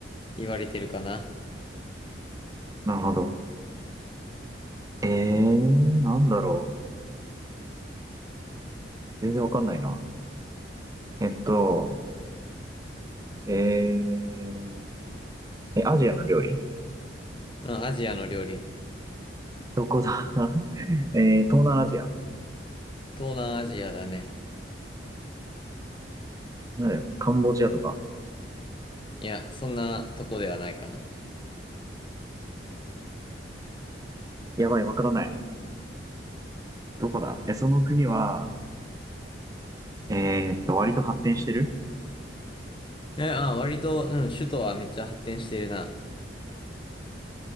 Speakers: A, on the left; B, on the right.
A: 言われてるかな。
B: なるほど。えー、なんだろう。全然わかんないな。えっと、えー、え、アジアの料理
A: うん、アジアの料理。
B: どこだ <laughs> えー、東南アジア。
A: 東南アジアだね。
B: なんだよカンボジアとか。
A: いや、そんなとこではないかな。
B: やばい、わからない。どこだえ、その国は、えーっと、割と発展してる
A: え、あ、割と、うん、首都はめっちゃ発展してるな。